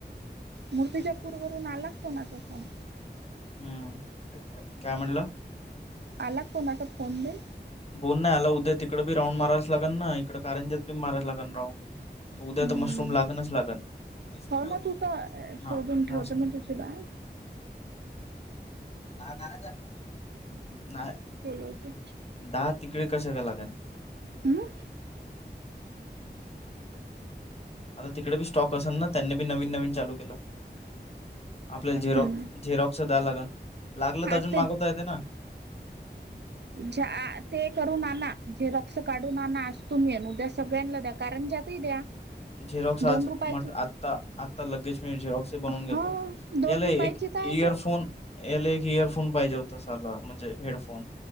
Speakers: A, on the right; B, on the left.
A: मूर्तीच्या पूरवरून आला कोणाचा फोन.
B: हम्म, काय म्हणला.
A: आला कोणाचा फोन बिन.
B: बोल नाही आला. उद्या तिकडे बी राऊंड माराय लागल ना, इकडे कारच्यात बी माराय लाग ना राऊं.
A: हम्म.
B: उद्या तर मशरूम लागनच लागन. वीस
A: हो
B: किलो
A: ना, तू तर
B: ना
A: शोधून
B: दहाच
A: ठेवत ना तुझी बॅग.
B: <unintelligible> नाय.
A: हो का.
B: दहा तिकडे कशा का लागल.
A: हम्म?
B: आता तिकडे बी स्टॉक असेल ना, त्यांनी बी नवीन नवीन चालू केलं. आपल्याला झेरॉ
A: हम्म.
B: झेरॉक्स द्या लागन लागलं
A: आज
B: तर अजून मागवता येते ना
A: ज आ, आ ते करून आणा झेरॉक्स काढून आणा आज तुम्ही आणि उद्या सगळ्यांना द्या कारण ज्या ति द्या.
B: झेरॉक्स आज
A: दोन रुपयाची
B: मट आत्ता, आत्ता लगेज मी झेरॉक्स बनवून
A: हा
B: घेतो.
A: दोन
B: याला
A: रुपयाची
B: एक
A: तर
B: इयरफोन
A: आहे ते
B: याला एक इयरफोन पाहिजे होत साला म्हणजे हेडफोन